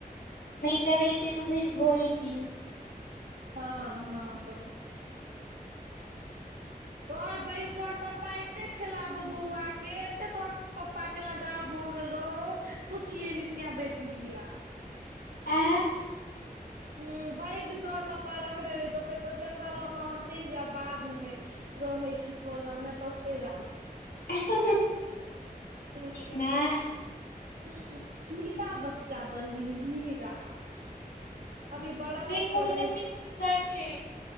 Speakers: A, on the left; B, on the right.
A: नहि त रह <unintelligible> त भेट भो छी
B: हँ हँ त तोहर बहिन तोहर पप्पा एतेक खेलाबो बौआके एतेक तोहर पपा के लगाव भयगेल रहौ पुछिए निशिया बेटी दिये
A: आ
B: ह भैर दिन तोहर पप्पा रखने रहितौहितहु जेकरा लऽ क हम चैल जैब बादधमे रहै छी कलम मे तते राख
A: ह
B: हूँ
A: ना
B: हूँ हीरा बच्चा बहिन हीरा अभी बड़ा
A: देखहो
B: हइ कोय
A: मे
B: रहे
A: कतेक सुन्दर छै